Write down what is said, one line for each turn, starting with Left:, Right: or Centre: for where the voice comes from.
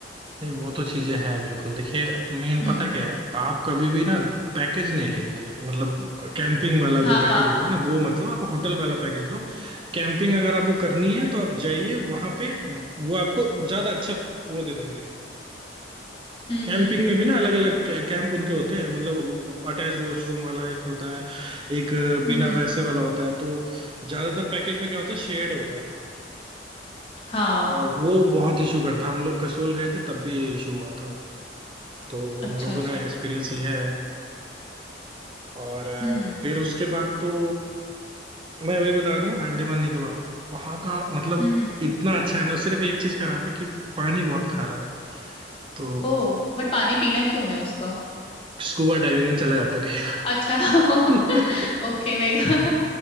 Right: नहीं वो तो चीजें हैं बिल्कुल देखिए मेन
Left: हम्म
Right: पता क्या है आप कभी भी ना पैकेज नहीं लीजिए मतलब कैंपिंग वाला
Left: हाँ
Right: जो पैकेज
Left: हाँ
Right: होता है ना वो मतलब आप होटल वाला पैकेज लो कैंपिंग अगर आपको करनी है तो आप जाइए वहां पे वो आपको ज्यादा अच्छा वो दे देंगे
Left: हम्म
Right: कैंपिंग
Left: हम्म
Right: में भी ना अलग अलग कैंप उनके होते हैं मतलब अटैच्ड वॉशरूम वाला एक होता है एक बिना
Left: हम्म हम्म,
Right: वैसे वाला होता है तो ज्यादातर पैकेज में क्या होता है शेयर्ड होता है
Left: हाँ
Right: और वो बहुत इशू करता है हम लोग कसोल गए थे तब भी ये इशू हुआ था तो
Left: अच्छा
Right: हम लोगों
Left: अच्छा
Right: ने एक्सपीरियंस लिया है और अ,
Left: हम्म
Right: फिर उसके बाद तो मैं वही बता रहा था अंडे मारने के बाद वहां का मतलब
Left: हम्म
Right: इतना अच्छा है ना सिर्फ एक चीज खराब है कि पानी बहुत खारा है तो
Left: ओ बट पानी पीना क्यों है उसका
Right: स्कूबा डाइविंग में चला जाता है
Left: अच्छा <laughs>
Right: कई बार
Left: ओके मेरे को